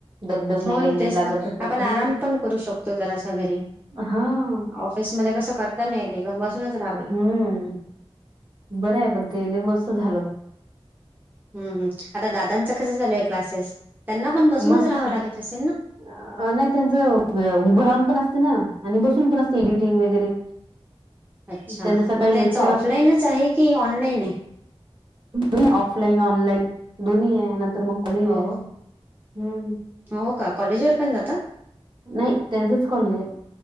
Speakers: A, on the right (about 50°); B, on the right (about 20°).
A: दगदग
B: हो
A: नाही, काही
B: ना
A: नाही
B: तेच
A: लागल
B: तर
A: तसं.
B: आपण
A: हं.
B: आराम पण करू शकतो जरा अस घरी
A: हां.
B: ऑफिसमध्येध्ये कसं करता नाही एकदम बसूनच राहल
A: हम्म बरं आहे पण तेल मस्त झाल
B: हम्म आता दादांच कसं झालय क्लासेस त्यांना पण बसूनच
A: मस्त
B: राहावं लागत असेल ना
A: नाही त्यांचं उभं राहून पण असते ना आणि बसून पण असते एडिटिंग वगैरे
B: अच्छा
A: त्यांच सकाळी
B: मग त्यांचा
A: लेक्चर
B: ऑफलाईनच आहे की ऑनलाईन आहे
A: द ऑफलाईन ऑनलाईन दोन्ही आहे नंतर मग कॉलेज
B: हो
A: आहे हम्म
B: हो का कॉलेज वर पण जातात
A: नाही त्यांचच कॉलेज आहे